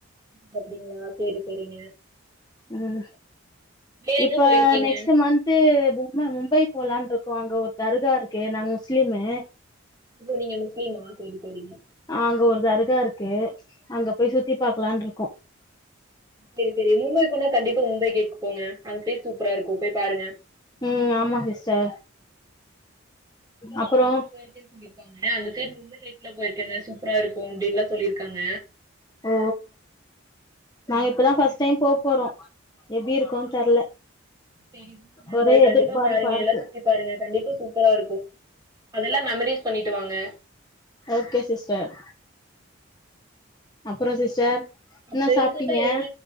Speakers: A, on the right; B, on the left.
A: அ அப்டிங்களா சேரி சேரிங்க
B: ம்
A: வேற
B: இப்ப
A: எங்க போயிருக்கீங்க
B: நெக்ஸ்ட்டு மந்த் து பும்ம மும்பை போலான் இருக்கோ அங்க ஒரு தர்கா இருக்கு நாங்க முஸ்லிமு
A: இப்ப நீங்க முஸ்லீமா சேரி சேரீங்க
B: ஆ அங்க ஒரு தர்கா இருக்கு அங்க போய் சுத்தி பாக்கலான்ருக்கோ
A: சேரி சேரி மும்பை போனா கண்டிப்ப மும்பை கேட்க்கு போங்க அந்த சைடு சூப்பரா இருக்கும் போய் பாருங்க
B: ம் ஆமா சிஸ்டர் அப்புறோ
A: ஃப்ரெண்ட்ஸ் சொல்லிருக்காங்க அந்த சைடு மும்பை சைட்லா போயிருக்கேங்க சூப்பரா இருக்கு அப்டின்னுல்லா சொல்லிருக்காங்க
B: ஓ நாங்க இப்பதா ஃபர்ஸ்ட் டைம் போ போறோ எப்டி
A: ஓ ஓ
B: இருக்குன்
A: அப்டிங்களா
B: தெர்ல
A: சரி
B: ஒரே
A: போய் கண்டிப்பா
B: எதிர்பார்ப்பா
A: பாருங்க
B: இருக்கு
A: எல்லா சுத்தி பாருங்க கண்டிப்பா சூப்பரா இருக்கு அதெல்லா மெமரிஸ் பண்ணிட்டு வாங்க
B: ஓகே சிஸ்டர் அப்பறோ சிஸ்டர்
A: அங்க
B: என்ன
A: ரீசென்ட்டா
B: சாப்ட்டீங்க
A: எங்க